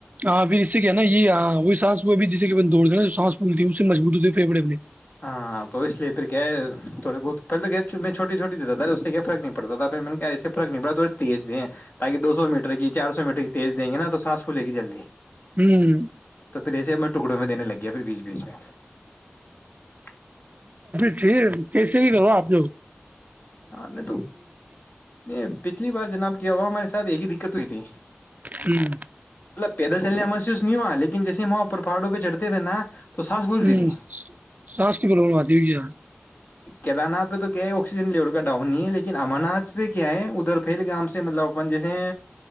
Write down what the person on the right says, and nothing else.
ہ بی اس کے نا یہ آ وہی سانس کو بھی جسے دوڑ ن جو سانس پولتی ہے اس سے مبط ہوتی ہے فیڑ اپنے
ہوں
ج کیسے بھی لوا آپ ج
ہوں
ہوں
سانس کی پرابلم آتی ہو کیا ہاں